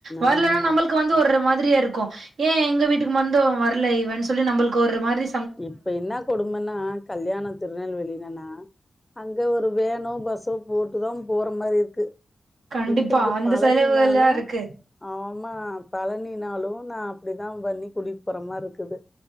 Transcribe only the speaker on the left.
ஆமா.
இப்ப என்னா கொடுமனா கல்யாணம் திருநெல்வேலிலனா அங்க ஒரு வேனோ பஸ்ஸோ போட்டு தா போற மாறி இருக்கு
இப்ப இங்க
பழனினாலு
ஆமா பழனினாலு நா அப்படிதா பண்ணி கூடிட் போற மார் இருக்குது